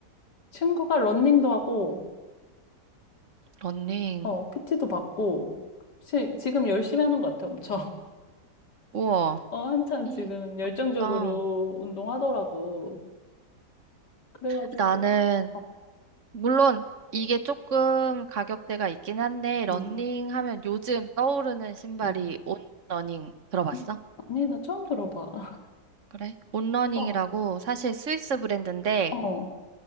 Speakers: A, on the left; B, on the right.
A: 친구가 러닝도 하고,
B: 러닝.
A: 어, PT도 받고, 시- 지금 열심히 하는 것 같아, 엄청. <laughs>
B: 우와.
A: 어, 한참
B: 음.
A: 지금 열정적으로
B: 나-
A: 운동하더라고. 그래가지고,
B: 나는
A: 어,
B: 물론 이게 조금 가격대가 있긴 한데 러닝
A: 응,
B: 하면 요즘 떠오르는 신발이
A: 응,
B: 온러닝 들어봤어?
A: 응. 아니, 나 처음 들어봐. <laughs>
B: 그래? 온러닝이라고
A: 어,
B: 사실 스위스 브랜드인데
A: 어,